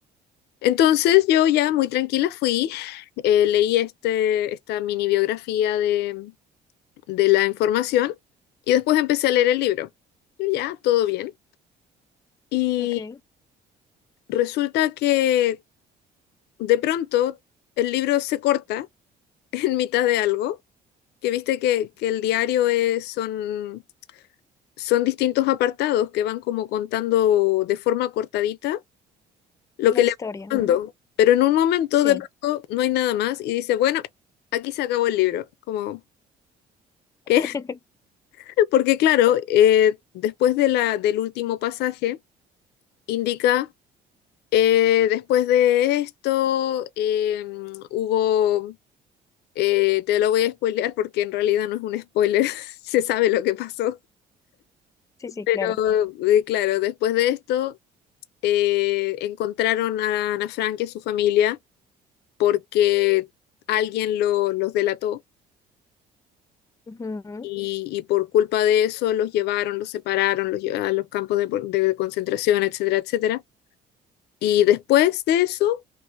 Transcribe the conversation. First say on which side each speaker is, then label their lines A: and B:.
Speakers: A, on the left (about 75°); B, on the left (about 20°).
A: Entonces yo ya muy tranquila fui, eh, leí este, esta mini biografía de, de la información y después empecé a leer el libro. Y ya, todo bien. Y
B: Ok.
A: resulta que de pronto el libro se corta <laughs> en mitad de algo, que viste que, que el diario es, son, son distintos apartados que van como contando de forma cortadita lo
B: La
A: que
B: historia,
A: le va
B: ujú,
A: dando. Pero en un momento
B: Sí.
A: de pronto no hay nada más y dice, bueno, aquí se acabó el libro. Como, ¿qué?
B: <laughs>
A: <laughs> Porque claro, eh, después de la, del último pasaje, indica, eh, después de esto, eh, hubo, eh, te lo voy a spoilear porque en realidad no es un spoiler, <laughs> se sabe lo que pasó.
B: Sí, sí,
A: Pero
B: claro.
A: eh, claro, después de esto, eh, encontraron a Ana Frank y a su familia porque alguien lo, los delató
B: Ujú,
A: Y, y por culpa de eso los llevaron, los separaron, los llevaron a los campos de, de concentración, etcétera, etcétera. Y después de eso